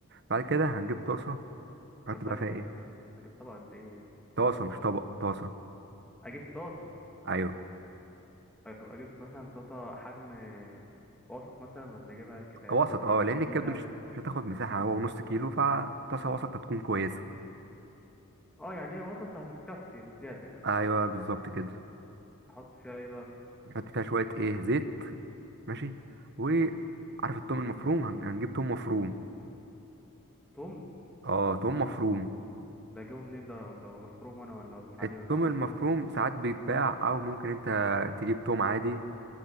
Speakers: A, on the right (about 50°); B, in the centre.
A: بعد كده هنجيب طاسة نحط
B: طب ثانيه
A: بقى فيها
B: طب
A: ايه
B: أج- اجيب طبق قد ايه يعني؟
A: طاسة مش طبق طاسة
B: اجيب طاسه
A: ايوه
B: أه، طب اجيب مثلا طاسه حجم وسط مثلا ولا اجيبها ك... آه،
A: وسط
B: يعني
A: اه لان
B: كبيره
A: الكبدة مش مش هتاخد مساحة هو نص كيلو فطاسة وسط هتكون كويسة
B: اه يعني هي وسط هتتكفي بزياده يعني
A: ايوه بالظبط كده
B: احط فيها ايه بقى
A: نحط فيها شوية ايه زيت ماشي وعارف التوم المفروم هن- هنجيب توم مفروم
B: توم
A: اه توم مفروم
B: ده جوه منين ده ولا ولا فروم انا ولا ادوس عليه
A: التوم
B: ولا اعمل
A: المفروم
B: فيه إيه؟
A: ساعات بيتباع او ممكن انت تجيب توم عادي